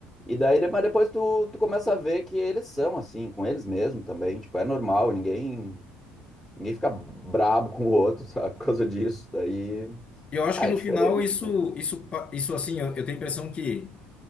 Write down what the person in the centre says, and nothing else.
E daí, de- mas depois tu, tu começa a ver que eles são assim, com eles mesmo também, tipo, é normal, ninguém, ninguém fica brabo com o outro, <laughs> sabe? Por causa disso, daí,
ah,
é diferente,
né?